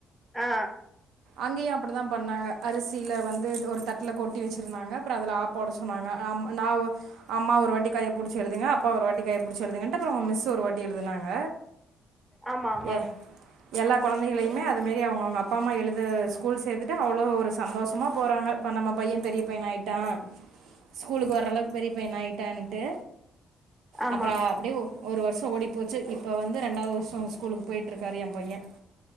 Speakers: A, in the centre; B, on the right.
A: ஆ
B: அங்கேயு அப்படித்தான் பண்ணாங்க அரிசில வந்து ஒரு தட்டுல கொட்டி வச்சிருந்தாங்க அப்ரோ அதுல ஆ போட சொன்னாங்க ஆ ஆமா நா ஒ அம்மா ஒரு வாட்டி கை பிடிச்சி எழுதுங்க அப்பா ஒரு வாட்டி கை பிடிச்சி எழுதுங்கன்ட்டு அப்ரோ அவங்க மிஸ் ஒரு வாட்டி எழுதுனாங்க
A: ஆமா ஆமா
B: ஏ எல்லா குழந்தைகளையுமே அது மாரி அவங்கவுங்க அப்பா அம்மா எழுத த ஸ்கூல் சேத்துட்டு அவ்வளவு ஒரு சந்தோஷமா போறாங்க இப்ப நம்ம பையன் பெரிய பையன் ஆயிட்டா ஸ்கூலுக்கு வரளவுக்கு பெரிய பையன் னா ஆயிட்டான்ட்டு
A: ஆமா
B: அப்ற அப்படியே ஒரு வர்ஷோ ஓடி போச்சு இப்போ வந்து ரெண்டாவது வர்ஷோம் ஸ்கூலுக்கு போயிட்டுருக்காரு என் பைய